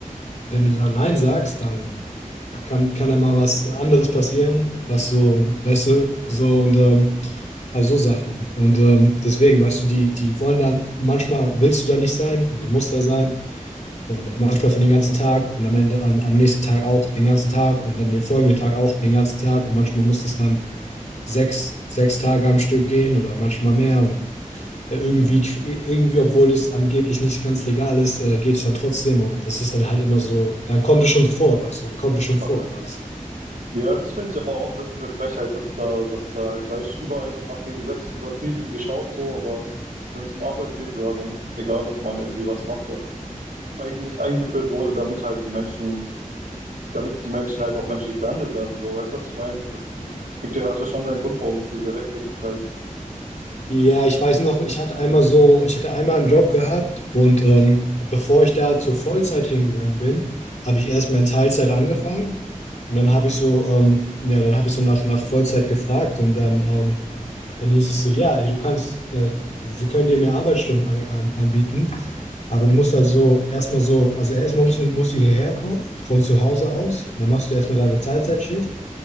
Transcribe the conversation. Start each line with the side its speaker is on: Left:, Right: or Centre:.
Left: wenn du dann nein sagst, dann kann, kann da mal was anderes passieren, was so, weißt du, so und ähm, also so Sachen. Und ähm, deswegen, weißt du, die, die wollen dann, manchmal willst du da nicht sein und du musst da sein. Und manchmal für den ganzen Tag und am Ende am, am nächsten Tag auch den ganzen Tag und dann den folgenden Tag auch den ganzen Tag. Und manchmal muss das dann sechs, sechs Tage am Stück gehen oder manchmal mehr. Und äh, irgendwie, irgendwie, obwohl das angeblich nicht ganz legal ist, äh, geht es dann trotzdem und das ist dann halt immer so, dann kommt es schon vor, weißt du, dann kommt es schon
Right: Aber
Left: vor,
Right: das,
Left: weil es
Right: ja, das finde ich aber auch, das ist eine Frechheit, dass da, dass da halt, weißt, überall wird nach den Gesetzen übertrieben geschaut, so, aber wenn es um Arbeit geht, ja, dann ist es egal, ob man irgendwie was macht, was eigentlich eingeführt wurde, damit halt die Menschen damit die Menschen halt auch menschlich behandelt werden, so, weißt du, was ich meine? Das gibt ja, hat ja schon seinen Grund, warum es diese Rechte gibt halt.
Left: Ja, ich weiß noch, ich hatte einmal so, ich hatte einmal einen Job gehabt und ähm, bevor ich da zur Vollzeit hingegangen bin, habe ich erstmal in Teilzeit angefangen und dann habe ich so, ähm, ja, dann habe ich so nach, nach Vollzeit gefragt und dann, ähm, dann hieß es so, ja, ey, du kannst, äh, wir können dir mehr Arbeitsstunden an, an, anbieten, aber du musst also erstmal so, also erstmal musst du, musst du hierher kommen von zu Hause aus, dann machst du erstmal deine Teilzeitschicht